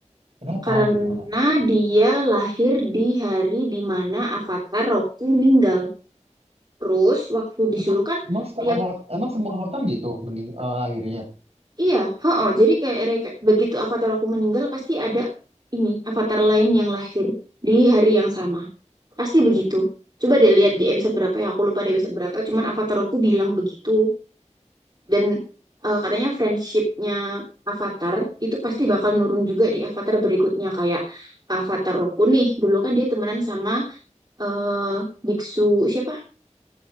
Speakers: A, on the right (about 55°); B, on the right (about 35°).
A: Kenapa
B: Karena
A: gitu
B: dia lahir di hari di mana Avatar Roku meninggal. Terus waktu disuruh
A: Emang,
B: kan
A: emang setiap
B: tiap
A: mo- emang semua motor gitu mening eh, lahirnya
B: iya, heeh, jadi kayak reka- begitu Avatar Roku meninggal pasti ada ini Avatar lain yang lahir di hari yang sama. Pasti begitu. Coba deh lihat di episode berapa ya, aku lupa di episode berapa, cuman Avatar Roku bilang begitu. Dan eh, katanya friendshipnya Avatar itu pasti bakal nurun juga di Avatar berikutnya kayak Avatar Roku nih. Dulu kan dia temenan sama eh, biksu siapa?